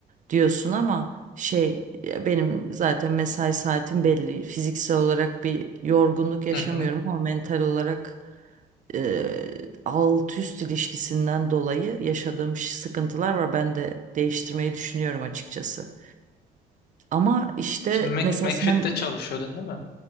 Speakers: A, on the right; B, on the left.
A: diyorsun ama şey ya benim zaten mesai saatim belli. Fiziksel olarak bir yorgunluk yaşamıyorum
B: Hı hı.
A: ama mental olarak e, alt üst ilişkisinden dolayı yaşadığım ş- sıkıntılar var. Ben de değiştirmeyi düşünüyorum açıkçası. Ama işte
B: Sen Mac,
A: mesela
B: McFit'te
A: sen
B: çalışıyordun değil mi?